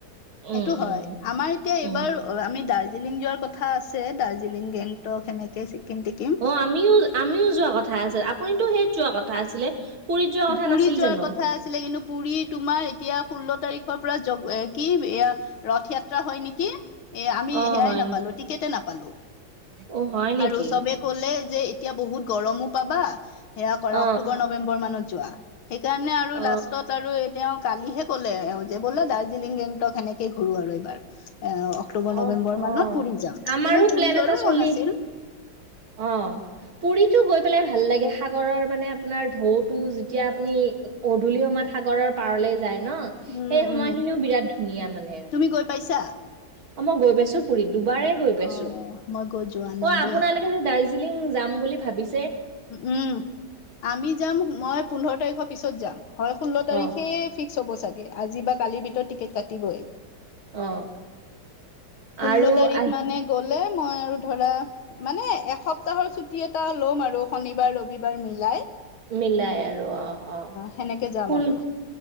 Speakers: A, on the right; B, on the left.
A: উম
B: সেইটো হয়
A: উম
B: আমাৰ এতিয়া এইবাৰ
A: উম
B: আমি দাৰ্জ দাৰ্জিলিং যোৱাৰ কথা আছে দাৰ্জিলং গেংটক সেনেকে ছিকিম টিকিম
A: অ আমিও আমিও যোৱা কথা আছিল আপুনিতো সেই যোৱা কথা আছিলে পুৰীত যোৱা কথা
B: পুুৰী
A: নাছিল
B: যোৱাৰ
A: জানো
B: কথা আছিলে কিন্তু পুুৰী তোমাৰ এতিয়া ষোল্ল তাৰিখ <unintelligible> পৰা য কি ৰথয়াত্ৰা হয় নেকি এ আমি
A: অ
B: সেয়াই
A: হয়
B: নাপালো
A: নি
B: টিকেটে নাপালো
A: অ হয় নেকি
B: আৰু চবে কলে যে এতিয়া বহুত গৰমো পাবা সেয়া কৰা
A: অ
B: অক্টোবৰ নৱেম্বৰ মানত যোৱা সেইকাৰণে আৰু
A: অ
B: লাষ্টত আৰু এ তেওঁ কালিহে ক'লে এওঁ যে বোলে দাৰ্জিলিংট সেনেকেই ঘূৰো আৰু এইবাৰ এ অক্টোবৰ
A: অ
B: নৱেম্বৰ
A: অ
B: মানত পুৰি যাম
A: আমাৰো
B: কিন্তু ম
A: প্লেন
B: পুৰি যোৱাৰো
A: এটা চলি
B: মন আছিল
A: অ পুৰীতো গ পেলাই ভাল লাগে সাগৰৰ মানে আপোনাৰ ঢৌ টো জেইয়া আমি গধূলি সময়ত সাগৰৰ পাৰলে যাই ন সেই
B: উম
A: সময়খিনিও
B: উম
A: বিৰাট ধুনীয়া মানে আৰু
B: তুমি গৈ পাইছা
A: অ মই গৈ পাইছো পুুৰীত দুবাৰেই গৈ পাইছো
B: অ মই গৈ যোৱা নাই
A: মই আপোনালোকে
B: দেই
A: যে যাম বুলি ভাবিছিল
B: উম আমি যাম মই পোন্ধৰ তাৰিখৰ পিছত যাম হয় ষোল্ল তাৰিখে
A: অ
B: ফিক্স হব চাগে আজি বা কালিৰ ভিতৰত টিকেট কাটিবই
A: অ
B: ষোল্ল
A: আৰু
B: তাৰিখ
A: আহি
B: মানে গ মই আৰু ধৰা মানে এসপ্তাহৰ ছুটি এটা ল'ম আৰু শনিবাৰ ৰবিবাৰ মিলাই
A: মিলাই আৰু অ অ
B: সেনেকে যাম
A: কুল
B: আৰু